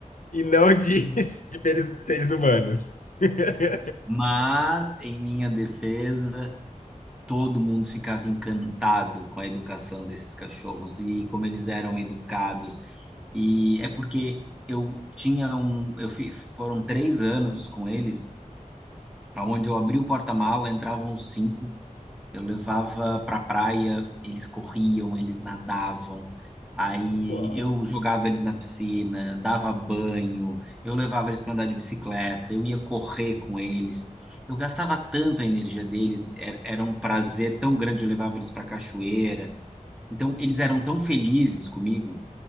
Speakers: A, on the left (about 70°); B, in the centre.
A: e não de, <laughs> de seres seres humanos. <laughs>
B: Mas, em minha defesa, todo mundo ficava encantado com a educação desses cachorros e como eles eram educados. E é porque eu tinha um, eu fi, foram três anos com eles, aonde eu abri o porta-mala, entravam cinco eu levava pra praia, eles corriam, eles nadavam. Aí
A: Uau.
B: eu jogava eles na piscina, dava banho, eu levava eles para andar de bicicleta, eu ia correr com eles. Eu gastava tanto a energia deles, era, era um prazer tão grande, eu levava eles para cachoeira. Então eles eram tão felizes comigo